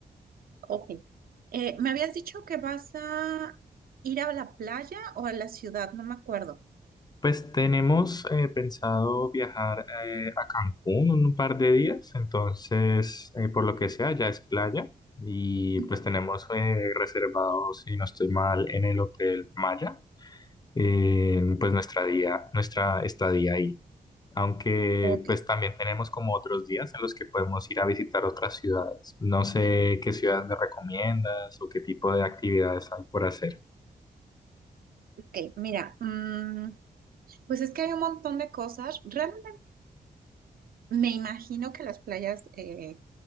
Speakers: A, on the right (about 65°); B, on the left (about 25°).
A: Ok. Eh, me habías dicho que vas a ir a la playa o a la ciudad, no me acuerdo.
B: Pues tenemos eh, pensado viajar eh, a Cancún un par de días, entonces eh, por lo que sea ya es playa y
A: Ujú.
B: pues tenemos eh, reservado, si no estoy mal, en el Hotel Maya, eh, pues nuestra día, nuestra estadía ahí. Aunque
A: Ok,
B: pues también tenemos como otros días en los que podemos ir a visitar otras ciudades. No sé qué ciudades me recomiendas o qué tipo de actividades hay por hacer.
A: ok. Mira, mm, pues es que hay un montón de cosas. Realmente me imagino que las playas eh,